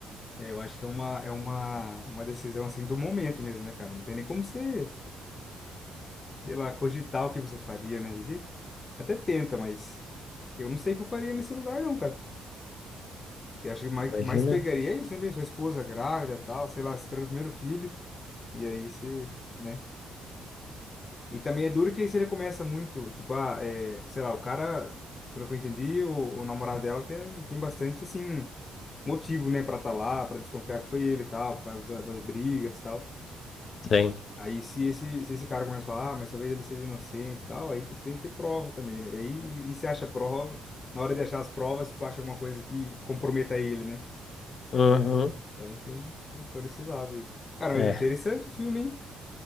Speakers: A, on the left (about 35°); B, on the left (about 50°).
A: É, eu acho que é uma, é uma, uma decisão assim do momento mesmo, né, cara? Não tem nem como você, sei lá, cogitar o que você faria, né? A gente até tenta, mas eu não sei o que eu faria nesse lugar, não, cara. Que acho que mais,
B: Imagina?
A: que mais pegaria é isso, né? bem? Sua esposa grávida, tal, sei lá, espera o primeiro filho, e aí você, né? E também é duro que aí você começa muito, tipo, ah, é, sei lá, o cara, pelo que eu entendi, o, o namorado dela tem, tem bastante, assim, motivo, né, pra estar tá lá, pra desconfiar que foi ele e tal, por causa da- das brigas e tal.
B: Sim.
A: Aí se esse, se esse cara começa a falar, ah, mas talvez ele seja inocente e tal, aí tipo, tem que ter prova também, né? Aí, e se acha prova, na hora de achar as provas, tipo, acha alguma coisa que comprometa ele, né?
B: Uhum.
A: Então tem, tem todo esse lado aí. Cara,
B: É,
A: mas interessante o filme, hein?